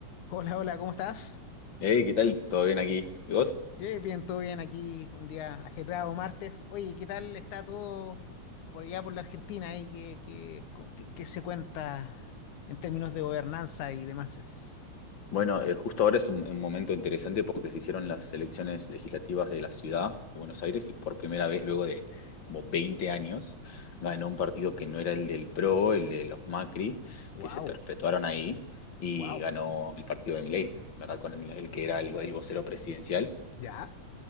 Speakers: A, on the left; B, on the left.
A: Hola, hola, ¿cómo estás?
B: Hey, ¿qué tal? ¿Todo bien aquí? ¿Y vos?
A: Eh, bien, todo bien aquí, un día ajetreado, martes. Oye, ¿qué tal está todo por allá, por la Argentina? ahí? ¿Qué, qué- con- qué- qué se cuenta en términos de gobernanza y demás? es?
B: Bueno, eh, justo ahora es un, un momento interesante porque se hicieron las elecciones legislativas de la ciudad de Buenos Aires y por primera vez luego de como 20 años ganó un partido que no era el del PRO, el de los Macri,
A: Wow,
B: que se perpetuaron ahí y
A: wow.
B: ganó el partido de Milei, ¿verdad? Con el, el que era el, el vocero presidencial,
A: ¿Ya?